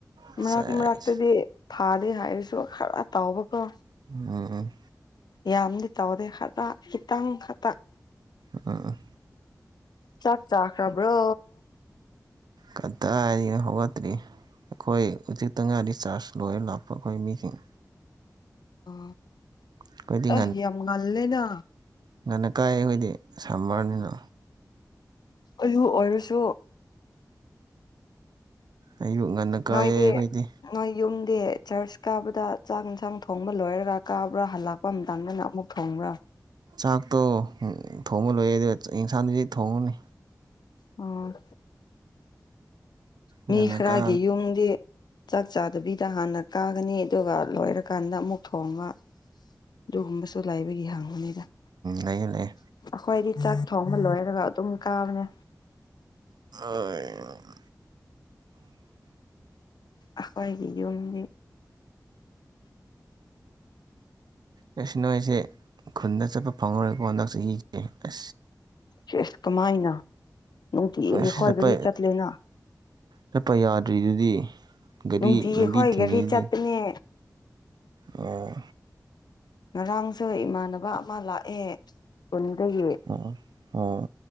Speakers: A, on the right (about 85°); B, on the left (about 90°).
A: ꯁꯦꯁ
B: ꯝꯔꯛ ꯃꯥꯔꯛꯇꯗꯤ ꯐꯗꯦ ꯍꯥꯏꯔꯁꯨ ꯈꯔ ꯇꯧꯕꯀꯣ
A: ꯎꯝ
B: ꯌꯥꯝꯗꯤ ꯇꯧꯗꯦ ꯈꯔ ꯈꯤꯇꯪ ꯈꯛꯇꯪ
A: ꯑꯡ ꯑꯡ
B: ꯆꯥꯛ ꯆꯥꯈ꯭ꯔꯕ꯭ꯔꯣ
A: ꯀꯗꯥꯏꯅꯣ ꯍꯧꯒꯠꯇ꯭ꯔꯤ ꯑꯩꯈꯣꯏ ꯍꯧꯖꯤꯛꯇ ꯉꯥꯏꯔꯤ ꯆꯥꯔ꯭ꯖ ꯂꯣꯏꯔ ꯂꯥꯛꯄ ꯑꯩꯈꯣꯏ ꯃꯤꯁꯤꯡ
B: ꯑ
A: ꯑꯩꯈꯣꯏꯗꯤ
B: ꯑꯦ ꯌꯥꯝ ꯉꯜꯂꯦꯅ
A: ꯉꯅ ꯀꯥꯏꯌꯦ ꯑꯩꯈꯣꯏꯗꯤ ꯁꯝꯃꯔꯅꯤꯅ
B: ꯑꯗꯨ ꯑꯣꯏꯔꯁꯨ
A: ꯑꯌꯨꯛ ꯉꯟꯅ ꯀꯥꯏꯑꯦ
B: ꯅꯣꯏꯗꯤ
A: ꯑꯩꯈꯣꯏꯗꯤ
B: ꯅꯣꯏ ꯌꯨꯝꯗꯤ ꯆꯔ꯭ꯆ ꯀꯥꯕꯗ ꯆꯥꯛ ꯍꯦꯟꯁꯥꯡ ꯊꯣꯡꯕ ꯂꯣꯏꯔꯒ ꯀꯥꯕ꯭ꯔꯥ ꯍꯜꯂꯛ <unintelligible> ꯇꯟꯕꯅ ꯑꯃꯨꯛ ꯊꯣꯡꯕ꯭ꯔꯥ
A: ꯆꯥꯛꯇꯣ ꯊꯣꯡꯕ ꯂꯣꯏꯌꯦ ꯑꯗꯣ ꯌꯦꯟꯁꯥꯡꯗꯨꯗꯤ ꯊꯣꯡꯉꯨꯅꯤ
B: ꯑꯣ ꯃꯤ
A: ꯉꯟꯅ
B: ꯈꯔꯒꯤ
A: ꯀꯥ
B: ꯌꯨꯝꯗꯤ ꯆꯥꯛ ꯆꯥꯗꯕꯤꯗ ꯍꯥꯟꯅ ꯀꯥꯒꯅꯤ ꯑꯗꯨꯒ ꯂꯣꯏꯔꯀꯥꯟꯗ ꯑꯃꯨꯛ ꯊꯣꯡꯕ ꯑꯗꯨꯒꯨꯝꯕꯁꯨ ꯂꯩꯕꯒꯤ ꯍꯪꯕꯅꯤꯗ ꯑꯩꯈꯣꯏꯗꯤ
A: ꯂꯩꯌꯦ ꯂꯩꯌꯦ
B: ꯆꯥꯛ ꯊꯣꯡꯕ ꯂꯣꯏꯔꯒ ꯑꯗꯨꯝ ꯀꯥꯕꯅꯦ
A: ꯑ <unintelligible>
B: ꯑꯈꯣꯏꯒꯤ ꯌꯨꯝꯗꯤ
A: ꯑꯩꯁ ꯅꯣꯏꯁꯦ ꯈꯨꯟꯗ ꯆꯠꯄ ꯐꯪꯉꯥꯔꯣꯏꯀꯣ ꯍꯟꯗꯛ ꯆꯍꯤ ꯑꯦ ꯑꯁ
B: ꯁꯤꯁ ꯀꯃꯥꯏꯅ ꯅꯨꯡꯇꯤꯒꯤ ꯑꯩꯈꯣꯏ
A: ꯑꯁ ꯆꯠꯄ
B: ꯒꯥꯔꯤ ꯆꯠꯂꯦꯅ
A: ꯆꯠꯄ ꯌꯥꯗ꯭ꯔꯤꯗꯨꯗꯤ ꯒꯥꯔꯤ
B: ꯅꯨꯡꯇꯤꯒꯤ
A: ꯂꯝꯕꯤ
B: ꯈꯣꯏ
A: ꯊꯤꯡꯉꯤꯗꯨꯗꯤ
B: ꯒꯥꯔꯤ ꯆꯠꯄꯅꯦ
A: ꯑꯣ
B: ꯉꯔꯥꯡꯁꯨ ꯏꯃꯥꯟꯅꯕ ꯑꯃ ꯂꯥꯛꯑꯦ ꯈꯨꯟꯗꯒꯤ
A: ꯑꯥ ꯑꯥ